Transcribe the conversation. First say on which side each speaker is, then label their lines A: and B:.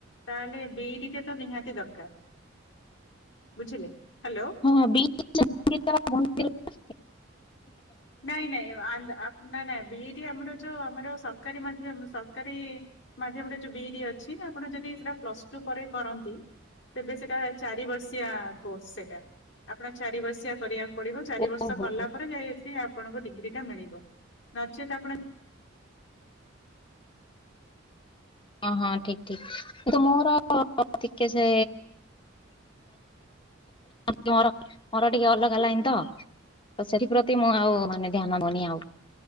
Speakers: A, on the left; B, on the left.
A: ତାହେଲେ ବି ଇଡି ଟା ତ ନିହାତି ଦରକାର ବୁଝିଲେ? ହାଲୋ
B: ହଁଁ <unintelligible>
A: ନାଇଁ -ନାଇଁ - ନାଇଁ -ନାଇଁ ବି ଇଡି ଆମର ଯୋଉ ଆମର ସରକାରୀ ମାଧ୍ୟମ ସରକାରୀ ମାଧ୍ୟମରେ ଯୋଉ ବି ଇଡି ଅଛି ଆପଣ ଯଦି ସେଟା ପ୍ଲସ ଟୁ ପରେ କର ତେବେ ସେଟା ଚାରି ବର୍ଷୀୟା କୋର୍ସ ସେଟା। ଆପଣ ଚାରି ବର୍ଷୀୟା କରିବାକୁ ପଡ଼ିବ ଚାରି
B: ଓହୋ
A: ବର୍ଷ କଲା ପରେ ଯାଇ ଆପଣଙ୍କ ଡିଗ୍ରୀ ଟା ମିଳିବ, ନଚେତ୍ ଆପଣ
B: ହଁ ହଁ ଠିକ ଠିକ କିନ୍ତୁ ମୋର ଟିକେ ସେ ମୋର ଟିକେ ଅଲଗା ଲାଇନ୍ ତ। ତ ସେଥିପ୍ରତି ମୁଁ ଆଉ ମାନେ ଧ୍ୟାନ ଦଉନି ଆଉ